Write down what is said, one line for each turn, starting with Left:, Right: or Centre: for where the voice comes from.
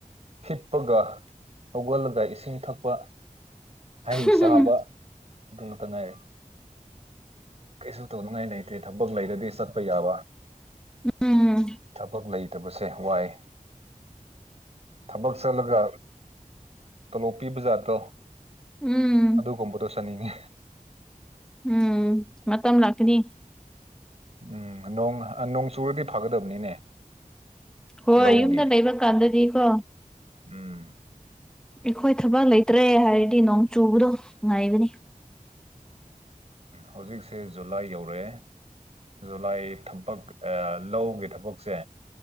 Right: ꯍꯤꯞꯄꯒ ꯍꯧꯒꯠꯂꯒ ꯏꯁꯤꯡ ꯊꯛꯄ ꯍꯩ
Centre: ꯎꯝ
Right: ꯆꯥꯕ ꯑꯗꯨꯇꯨꯅ‌ꯦ ꯀꯩꯁꯨ ꯇꯧꯅꯤꯡꯉꯥꯏ ꯂꯩꯇꯦ ꯊꯕꯛ ꯂꯩꯔꯗꯤ ꯆꯠꯄ ꯌꯥꯕ
Centre: ꯎꯝ
Right: ꯊꯕꯛ ꯂꯩ ꯇꯕꯁꯦ ꯋꯥꯏ ꯊꯕꯛ ꯆꯠꯂꯒ ꯇꯣꯂꯣꯞ ꯄꯤꯕ ꯖꯥꯠꯗꯣ
Centre: ꯎꯝ
Right: ꯑꯗꯨꯒꯨꯝꯕꯗꯣ ꯆꯠꯅꯤꯡꯉꯤ
Centre: ꯎꯝ ꯃꯇꯝ ꯂꯥꯛꯀꯅꯤ
Right: ꯎꯝ ꯅꯣꯡ ꯅꯣꯡ ꯆꯨꯔꯗꯤ ꯐꯒꯗꯕꯅꯤꯅꯦ
Centre: ꯍꯣꯏ
Right: ꯂꯧꯒꯤ
Centre: ꯌꯨꯝꯗ ꯂꯩꯕ ꯀꯥꯟꯗꯗꯤꯀꯣ
Right: ꯎꯝ
Centre: ꯑꯩꯈꯣꯏ ꯊꯕꯛ ꯂꯩꯇ꯭ꯔꯦ ꯍꯥꯏꯔꯗꯤ ꯅꯣꯡ ꯆꯨꯕꯗꯣ ꯉꯥꯏꯕꯅꯤ
Right: ꯍꯧꯖꯤꯛꯁꯦ ꯖꯨꯂꯥꯏ ꯌꯧꯔꯦ ꯖꯨꯂꯥꯏ ꯊꯕꯛ ꯂꯧꯒꯤ ꯊꯕꯛꯁꯦ